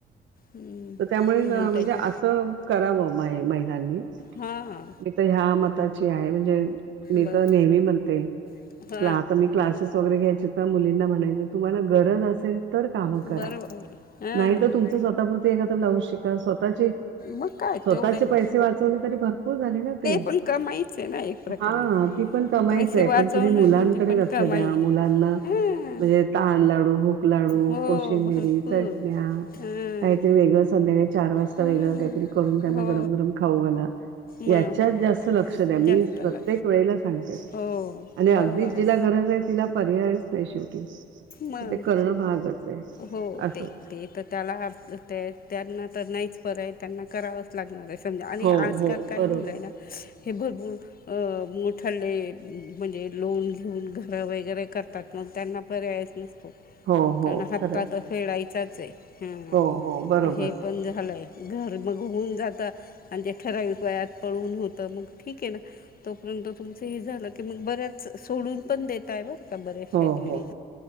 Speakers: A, on the left; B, on the right.
A: हम्म.
B: त त्यामुळेच म्हणजे
A: मग त्यांच्या
B: असं करावं माय महिलांनी
A: हा
B: मी तर ह्या मताची आहे म्हणजे मी
A: बरं
B: तर नेहमी म्हणते
A: हा
B: क आता मी क्लासेस वगैरे घ्यायचे त्या मुलींना म्हणायचे तुम्हाला गरज असेल तर कामं करा
A: बरं बरं हा
B: नाहीतर तुमचं स तापुरती एखादा लाव शिका स्वतः
A: मग काय
B: स्वतःचे
A: तेवढं
B: पैसे
A: हे
B: वाचवले तरी भरपूर झाले ना ते.
A: पण कमाईच आहे ना एक प्रकारे
B: हा ती पण कमाईची
A: पैसे
B: आहे
A: वाचवणं
B: पण तुम्ही मुलांकडे
A: म्हणजे पण
B: लक्ष
A: कमाई
B: द्या मुलांना
A: आहे. हा
B: म्हणजे तहान लाडू, भूक लाडू,
A: हो
B: कोशिंबिरी,
A: भरपूर
B: चटण्या
A: हां
B: काहीतरी वेगळं संध्याकाळी चार वाजता
A: हां
B: वेगळं काहीतरी करून त्यांना
A: हो
B: गरम गरम खाऊ घाला.
A: मग
B: याच्यात जास्त लक्ष द्या
A: जास्त
B: मी प्रत्येक
A: लाग
B: वेळेला सांगते.
A: हो
B: आणि अगदीच
A: बरोबर
B: जिला
A: आहे
B: गरज आहे तिला पर्यायच नाही शेवटी
A: मग
B: म ते करणं भागच आहे
A: हो
B: असं.
A: ते ते तर त्याला त्या त्यांना तर नाहीच परय त्यांना करावं लागणार आहे समजा आणि
B: हो,
A: आजकाल
B: हो.
A: काय
B: बरोबर.
A: झालंय ना हे भरपूर अ मोठ ले म्हणजे लोन घेऊन घरं वगैरे करतात मग त्यांना पर्यायच नसतो
B: हो, हो.
A: कारण हपता
B: खरं आहे.
A: तर फेडायचाच आहे. हा
B: हो, हो. बरोबर.
A: हे पण झालंय. घर मग होऊन जातं आणि त्या ठराविक वयात पळून होतं मग ठीक आहे ना. तोपर्यंत तुमच हे झालं की मग बऱ्याच सोडून पण देत आहे बरं का बऱ्याचश्या
B: हो,
A: लेडी
B: हो.